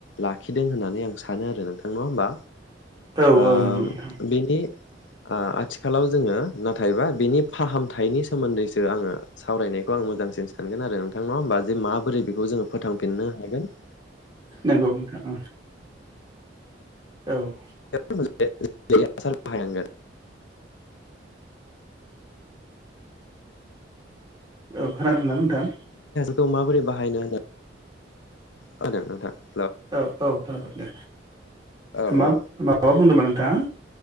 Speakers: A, on the left; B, on the right.
A: लाखिदों होननानै आं सानो आरो नोंथां नङा होमबा?
B: औ
A: ओम
B: नंगौ नोंथां
A: बेनि ओ थिखालाव जोङो नाथायबा बिनि फाहामथायनि सोमोन दो आङो सावरायनायखौ आं मोजांसिन स गोन आरो नोंथां नङा होमबा? जे माबोरै बेखौ जोङो फोथांफिननो हागोन ।
B: नोंगौ नोंथां औ । औ ।
A: <unintelligible>
B: औ खोनादोंना नोंथां?
A: खौ माबोरै बाहायनो होनो होदों नोंथां ।
B: औ औ खोनाबाय दे
A: औ
B: मा
A: औ
B: माबा बुंदोंमोन? <unintelligible>